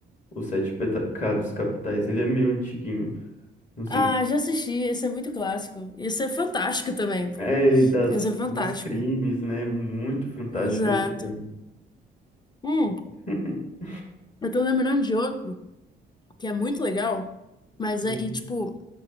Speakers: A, on the left; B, on the left.
A: Os Sete Pecados Capitais. Ele é meio antiguinho, não sei
B: Ah,
A: se...
B: já assisti, esse é muito clássico. Esse é fantástico também, pô.
A: É, das,
B: Esse é fantástico.
A: dos crimes, né? Muito fantástico
B: Exato.
A: esse filme.
B: Hum,
A: <laughs>
B: eu tô lembrando de outro que é muito legal, mas
A: Uhum.
B: é, e tipo,